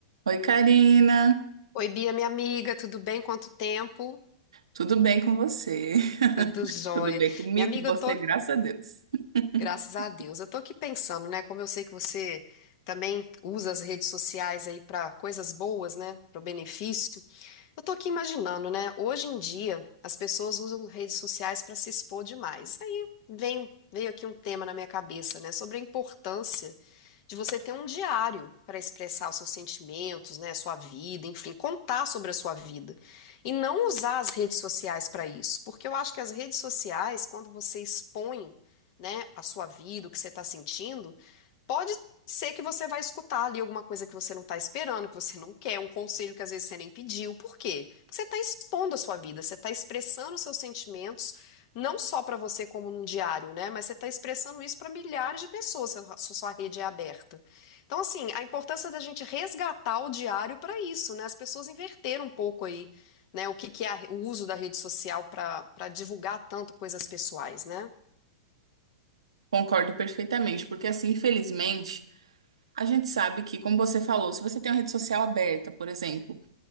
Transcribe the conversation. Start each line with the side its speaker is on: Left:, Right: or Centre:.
Right: Oi, Karina.
Left: Oi, Bia, minha amiga, tudo bem? Quanto tempo?
Right: Tudo bem com você? <laughs>
Left: Tudo jóia.
Right: Tudo bem comigo,
Left: Minha amiga,
Right: com você,
Left: eu tô,
Right: graças a Deus. <laughs>
Left: graças a Deus, eu tô aqui pensando, né? Como eu sei que você também usa as redes sociais aí para coisas boas, né? Para o benefício. Eu tô aqui imaginando, né? Hoje em dia, as pessoas usam redes sociais para se expor demais. Aí vem, veio aqui um tema na minha cabeça, né? Sobre a importância de você ter um diário para expressar os seus sentimentos, né, sua vida, enfim, contar sobre a sua vida. E não usar as redes sociais para isso, porque eu acho que as redes sociais, quando você expõe, né, a sua vida, o que você está sentindo, Pode ser que você vai escutar ali alguma coisa que você não está esperando, que você não quer, um conselho que às vezes você nem pediu. Por quê? Porque você está expondo a sua vida, você está expressando os seus sentimentos, não só para você como num diário, né? Mas você está expressando isso para milhares de pessoas, se a se a sua rede é aberta. Então, assim, a importância da gente resgatar o diário para isso, né? As pessoas inverteram um pouco aí, né? O que que é a- o uso da rede social para para divulgar tanto coisas pessoais, né?
Right: Concordo perfeitamente, porque assim, infelizmente, a gente sabe que, como você falou, se você tem uma rede social aberta, por exemplo,